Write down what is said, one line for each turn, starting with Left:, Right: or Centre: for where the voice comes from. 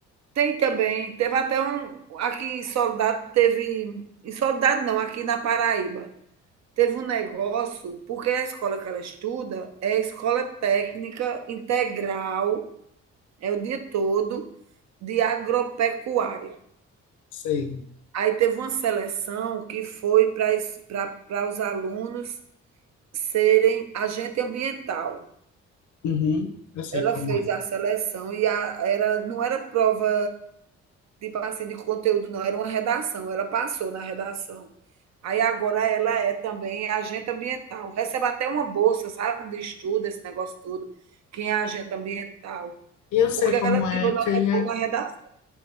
Right: Tem também, teve até um, aqui em Soledade, teve, em Soledade não, aqui na Paraíba, teve um negócio, porque a escola que ela estuda é a escola técnica integral É o dia todo de agropecuária.
Left: Sei.
Right: Aí teve uma seleção que foi para os alunos serem agente ambiental.
Left: Uhum, eu sei
Right: Ela
Left: como
Right: fez
Left: é.
Right: a seleção e a- era, não era prova tipo assim, de conteúdo, não, era uma redação. Ela passou na redação. Aí agora ela é também agente ambiental. Recebe até uma bolsa, sabe, de estudo, esse negócio todo. Quem é agente ambiental?
Left: Eu sei
Right: Porque
Left: como
Right: ela tirou
Left: é.
Right: nota
Left: Tem,
Right: boa
Left: a-
Right: na redação.